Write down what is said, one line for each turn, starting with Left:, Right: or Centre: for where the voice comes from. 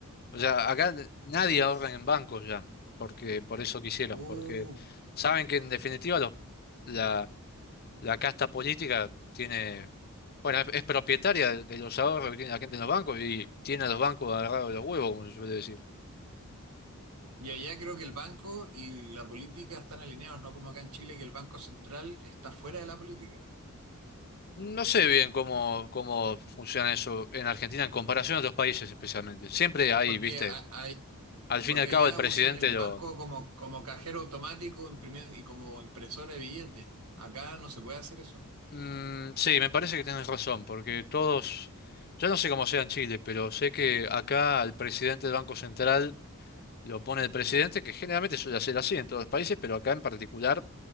Left: O sea, acá nadie
Right: Uf,
Left: ahorra en bancos ya, porque por eso quisieron,
Right: uh.
Left: porque saben que en definitiva los, la, la casta política tiene, bueno, es, es propietaria de, de los ahorros que tiene la gente en los bancos y tiene a los bancos agarrados de los huevos, como se suele decir.
Right: Y allá creo que el banco y la política están alineados, no como acá en Chile, que el Banco Central está fuera de la política.
Left: No sé bien cómo, cómo funciona eso en Argentina en comparación a otros países especialmente. Siempre hay,
Right: Porque,
Left: viste,
Right: a- hay,
Left: al fin
Right: porque
Left: y al cabo
Right: allá
Left: el presidente
Right: usan el
Left: lo...
Right: banco como, como cajero automático imprimi- y como impresora de billetes. Acá no se puede hacer eso.
Left: Mm, sí, me parece que tienes razón, porque todos, yo no sé cómo sea en Chile, pero sé que acá al presidente del Banco Central lo pone el presidente, que generalmente suele ser así en todos los países, pero acá en particular